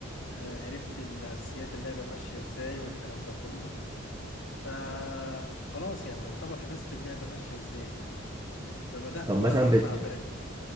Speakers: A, on the left; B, on the right.
A: آه، عرفت الأساسيات اللعبة ماشية إزاي والكلام ده كله فخلاص يعني يعتبر حفظت اللعبة ماشية إزاي فبدأت
B: طب
A: بقى
B: مثلا
A: أرفع
B: بت
A: فرنكي